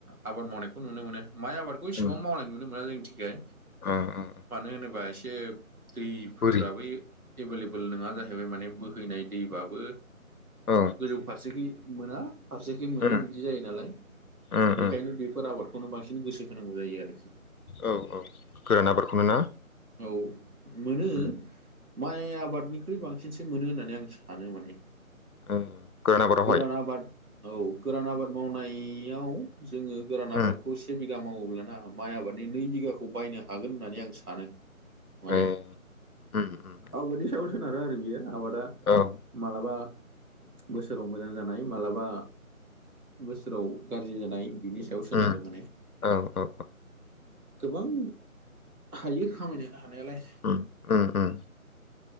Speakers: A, on the right; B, on the left.
A: आबाद मावनायखौ नुनो मोनो माइ आबादखौ इसेबां
B: उम
A: मावनाय नुनो मोना जोंनि थिखाय।
B: ओ ओ
A: मानो होनोबा एसे दैफोराबै
B: बोरि
A: एभेलेबोल नोङा जाहैबाय माने बोहैनाय दैबाबो
B: औ
A: गोजौफारसेखि मोना फारसेखै मोनो
B: उम
A: बिदि जायो नालाय
B: उम
A: बेखायनो
B: उम
A: बेफोर आबादखौनो बांसि सिन गोसो होनांगौ जायो आरोखि।
B: औ औ गोरान आबादखौनो ना
A: औ मोनो
B: उम
A: माइ आबादनिख्रुइ बांसिनसो मोनो होननानै आं सानो माने।
B: उम आबादावहाय
A: गोरान आबाद औ गोरान आबाद मावनायाव जोङो गोरान आबादखौ
B: उम
A: सेबि गा मावोब्लाना माइ आबादनि नै बिगाखौ बायनो हागोन होननानै आं सानो। माने
B: ए उम उम
A: आबादनि साव सोनारो आरो बियो आबाद दा
B: औ
A: मालाबा बोसोराव मोजां जानाय मालाबा बोसोराव गारजि जानाय बिनि सायाव
B: उम
A: सोनारो माने।
B: औ औ
A: गोबां हायो खामायनो हानायालाय।
B: उम उम उम